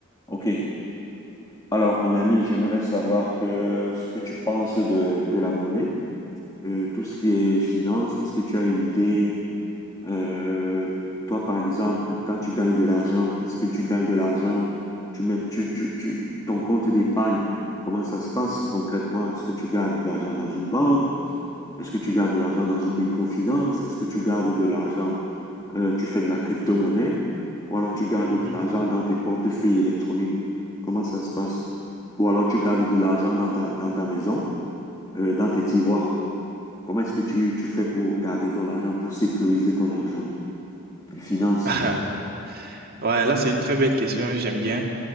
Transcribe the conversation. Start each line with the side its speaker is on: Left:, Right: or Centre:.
Left: Ok. Alors, mon ami, j'aimerais savoir que ce que tu penses de, de la monnaie, euh, tout ce qui est finance. Est-ce que tu as une idée? Euh, toi, par exemple, quand tu gagnes de l'argent, est-ce que tu gagnes de l'argent? Tu mets, tu, tu, tu- ton compte d'épargne, comment ça se passe concrètement? Est-ce que tu gardes de l'argent dans une banque? Est-ce que tu gardes de l'argent dans une microfinance? Est-ce que tu gardes de l'argent euh, tu fais de la crypto-monnaie, ou alors tu gardes
Right: Mhm.
Left: de l'argent dans tes portefeuilles électroniques. Comment ça se passe? Ou alors tu gardes de l'argent dans ta, dans ta maison, euh, dans tes tiroirs. Comment est-ce que tu, tu fais pour garder ton argent, pour sécuriser ton argent, les finances?
Right: <laughs> Ouais, là, c'est une très belle question, j'aime bien.